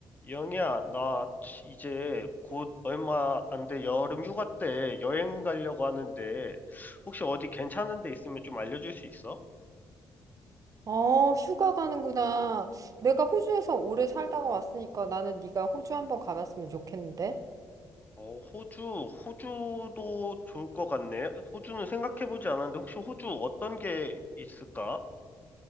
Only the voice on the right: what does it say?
어, 휴가 가는구나. 내가 호주에서 오래 살다가 왔으니까 나는 네가 호주 한번 가봤으면 좋겠는데.